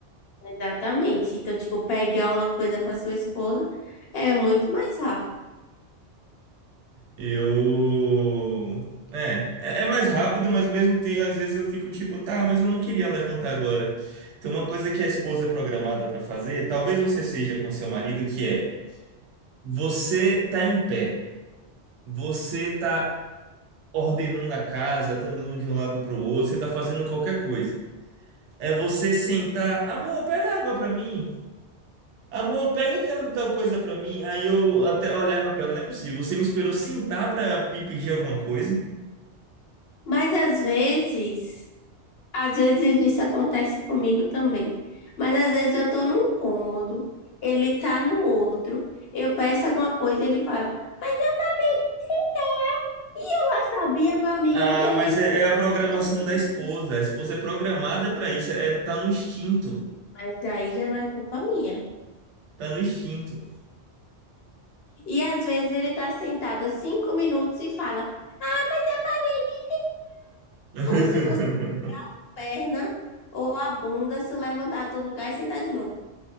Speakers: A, on the left; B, on the right.
A: Exatamente. Então, tipo, pegar uma coisa para sua esposa é muito mais rápido.
B: Eu. É, é é mais rápido, mas mesmo tem, às vezes eu fico tipo, tá, mas eu não queria levantar agora. Tem uma coisa que a esposa é programada pra fazer, talvez você seja com seu marido, que é você tá em pé, você tá ordenando a casa, tá andando de um lado pro outro, você tá fazendo qualquer coisa. É você sentar, amor, pega água pra mim. Amor, pega aquela tal coisa pra mim. Aí eu até olhava pra ela, não é possível. Você me esperou sentar pra me pedir alguma coisa?
A: Mas às vezes, às vezes isso acontece comigo também. Mas às vezes eu tô num cômodo, ele tá no outro, eu peço alguma coisa e ele fala: "Mas eu acabei de me sentar". E eu lá sabia, meu amigo,
B: Ah,
A: eu não tô nem
B: mas
A: no
B: é,
A: mesmo
B: é a programação
A: cômodo que
B: da
A: você.
B: esposa. A esposa é programada para isso. É, tá no instinto.
A: Mas aí já não é culpa minha.
B: Tá no instinto.
A: E às vezes ele tá sentado há cinco minutos e fala, mas eu acabei de...
B: <laughs>
A: Como se fosse o braço, a perna ou a bunda se levantar do lugar e sentar de novo.